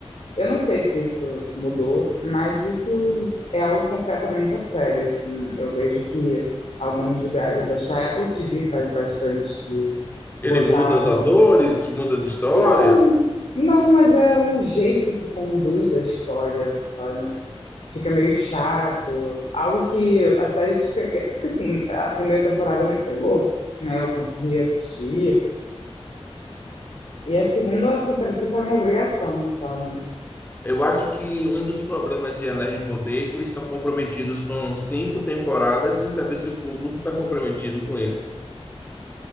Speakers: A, on the left; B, on the left.
A: Eu não sei se isso mudou, mas isso é algo que afeta muito a série, assim. Eu vejo que alguns lugares, acho que a Apple TV faz bastante de
B: Ele
A: botar
B: muda os atores, muda as histórias.
A: Não, não, mas é o jeito que conduz a história, sabe? Fica meio chato. Algo que a série te pega. Porque assim, a primeira temporada me pegou, né? Eu consegui assistir. E a segunda, assim, parecia que era uma obrigação, sabe?
B: Eu acho que um dos problemas de Anéis de Poder é que eles estão comprometidos com cinco temporadas sem saber se o público está comprometido com eles.